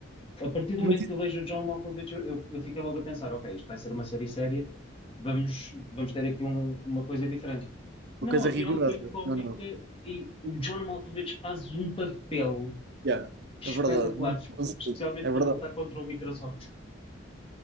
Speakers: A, on the left (about 30°); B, on the right (about 60°).
A: a partir do
B: Mas
A: momento
B: isso
A: que eu
B: é
A: vejo o John Malkovich, eu, eu- eu fiquei logo a pensar, ok, isto vai ser uma série séria, vamos, vamos ter aqui um- uma coisa diferente. Não,
B: uma coisa
A: afinal
B: rigorosa.
A: foi cómica
B: Não, não.
A: e o John Malkovich faz um papel
B: Ya,
A: espetacular,
B: É verdade. Muito
A: es-
B: conseguido.
A: especialmente
B: É
A: quando
B: verdade.
A: ele está contra o Microsoft.